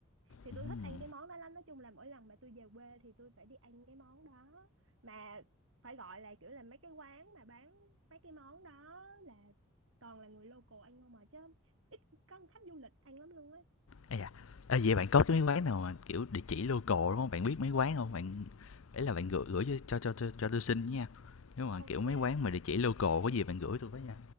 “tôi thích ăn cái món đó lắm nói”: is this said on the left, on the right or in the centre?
Right